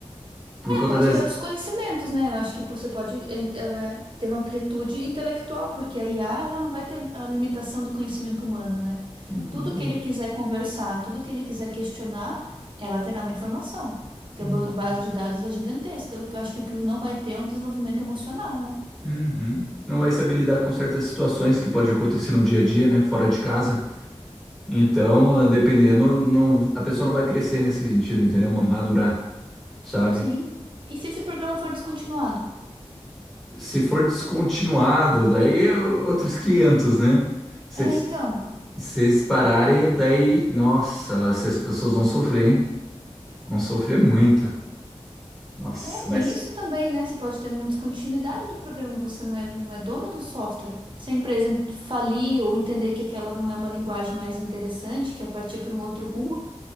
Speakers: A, in the centre; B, on the right.
A: Por
B: É,
A: conta
B: pode
A: das...
B: ter outros conhecimentos, né? Eu acho que você pode en- eh, ter uma amplitude intelectual, porque a IA, ela não vai ter a limitação do conhecimento humano, né?
A: É,
B: Tudo
A: não vai.
B: que ele quiser conversar, tudo que ele quiser questionar, ela terá uma informação, porque
A: Uhum.
B: a ba- base de dados é gigantesca. O que eu acho que o que não vai ter é um desenvolvimento emocional, né?
A: Uhum. Não vai saber lidar com certas situações que pode acontecer no dia a dia, né? Fora de casa. Então, ah, dependendo, não, a pessoa não vai crescer nesse sentido, entendeu? Ma- Madurar, sabe?
B: Sim. E se esse programa for descontinuado?
A: Se for descontinuado, daí é outros 500, né? Se eles,
B: É, então.
A: se eles pararem, daí, nossa, se as pessoas vão sofrer, hein? Vão sofrer muito. Nossa,
B: É, tem
A: mas
B: isso também, né? Você pode ter uma descontinuidade do programa, você não é, não é dono do software. Se a empresa falir ou entender que aquela não é uma linguagem mais interessante, quer partir para um outro rumo,